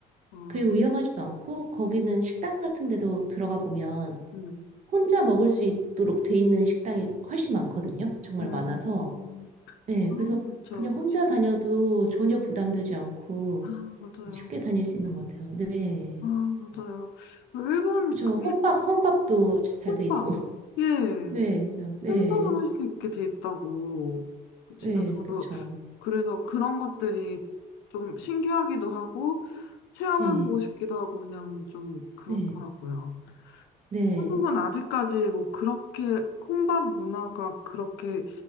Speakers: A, on the left; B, on the right.
A: 어,
B: 그리고 위험하지도 않고, 거기는 식당 같은 데도 들어가 보면
A: 음,
B: 혼자 먹을 수 있도록 돼 있는 식당이 훨씬 많거든요. 정말
A: 음,
B: 많아서. 네,
A: 아,
B: 그래서
A: 그쵸,
B: 그냥 혼자
A: 그쵸.
B: 다녀도 전혀 부담되지 않고
A: 아, 맞아요.
B: 쉽게 다닐 수 있는 것 같아요. 네.
A: 아, 맞아요. 아, 일본
B: 그쵸.
A: 그
B: 혼밥, 혼밥도 잘
A: 혼밥,
B: 돼 있고. <laughs>
A: 예,
B: 네, 네,
A: 혼밥을 할 수 있게 돼 있다고. 진짜
B: 네,
A: 저도
B: 그쵸.
A: 그래서 그런 것들이 좀 신기하기도 하고 체험해보고
B: 네,
A: 싶기도 하고 그냥 좀 그렇더라고요.
B: 네, 네.
A: 한국은 아직까지 뭐 그렇게 혼밥 문화가 그렇게